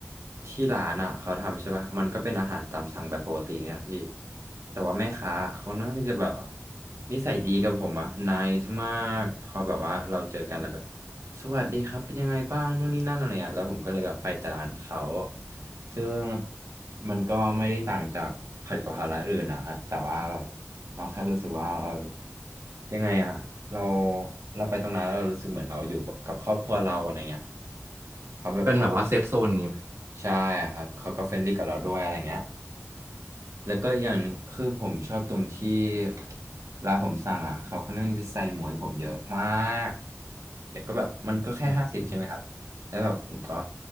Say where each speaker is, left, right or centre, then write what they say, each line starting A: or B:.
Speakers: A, on the right (about 80°); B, on the right (about 60°).
A: ที่ร้านอ่ะเขาทำใช่ป่ะมันก็เป็นอาหารตามสั่งแบบปกติเนี่ยพี่แต่ว่าแม่ค้าเขานั่งที่จะแบบว่านิสัยดีกับผมอ่ะนายมากพอแบบว่าเราเจอกันแล้วก็สวัสดีครับเป็นยังไงบ้างนู่นนี่นั่นอะไรเงี้ยแล้วผมก็เลยแบบไปแต่ร้านเขาซึ่งมันก็ไม่ได้ต่างจากผัดกะเพราร้านอื่นนะครับแต่ว่าแบบเราแค่รู้สึกว่าเรา ยังไงอ่ะเราเราไปตรงนั้นแล้วเรารู้สึกเหมือนเราอยู่กับครอบครัวเราอะไรเงี้ยเขาแบบเขาก็
B: เป็นแบบว่าเซฟโซนอย่างงี้ไหม
A: ใช่ครับเขาก็เฟรนลี่กับเราด้วยอะไรเงี้ยแล้วก็อย่างหนึ่งคือผมชอบตรงที่เวลาผมสั่งอ่ะเขาค่อนข้างที่จะใส่หมูให้ผมเยอะมากแล้วก็แบบมันก็แค่ห้าสิบใช่ไหมครับแล้วแบบผมก็
B: อืม